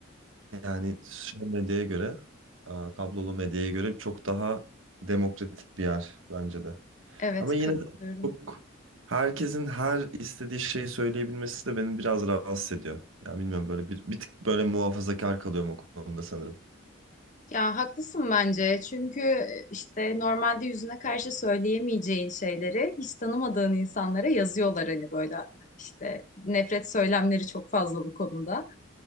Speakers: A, on the right (about 80°); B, on the left (about 40°).
A: yani sosyal medyaya göre, a, kablolu medyaya göre çok daha demokratik bir yer bence de.
B: Evet,
A: Ama yine
B: katılıyorum.
A: de çok herkesin her istediği şeyi söyleyebilmesi de beni biraz rahatsız ediyor. Ya bilmiyorum böyle bir, bir tık böyle muhafazakar kalıyorum o konuda sanırım.
B: Ya haklısın bence. Çünkü e, işte normalde yüzüne karşı söyleyemeyeceğin şeyleri hiç tanımadığın insanlara yazıyorlar hani böyle işte nefret söylemleri çok fazla bu konuda.